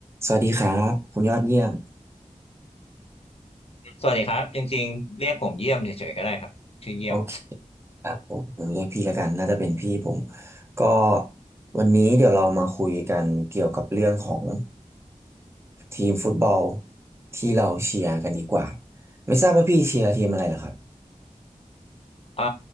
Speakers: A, on the right; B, on the left.
A: สวัสดีครับคุณยอดเยี่ยม
B: สวัสดีครับจริงๆเรียกผมเยี่ยมเฉยๆก็ได้ครับชื่อเยี่ยม
A: โอเคครับผมผมเรียกพี่แล้วกันน่าจะเป็นพี่ผมก็วันนี้เดี๋ยวเรามาคุยกันเกี่ยวกับเรื่องของทีมฟุตบอลที่เราเชียร์กันดีกว่าไม่ทราบว่าพี่เชียร์ทีมอะไรเหรอครับ
B: <laughs> อ่า